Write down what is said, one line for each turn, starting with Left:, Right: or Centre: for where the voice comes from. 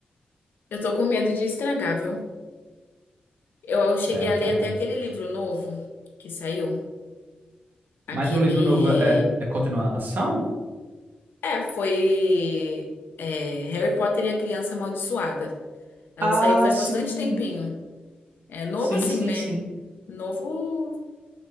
Left: Eu tô com medo de estragar, viu? Eu, eu cheguei
Right: É, eu
Left: a
Right: também.
Left: ler até aquele livro novo que saiu. Aquele.
Right: Mas o livro novo é, é continuação?
Left: É, foi. é, Harry Potter e a Criança Amaldiçoada. Ela
Right: Ah,
Left: saiu faz
Right: sim.
Left: bastante tempinho. É novo
Right: Sim,
Left: assim,
Right: sim,
Left: né?
Right: sim.
Left: Novo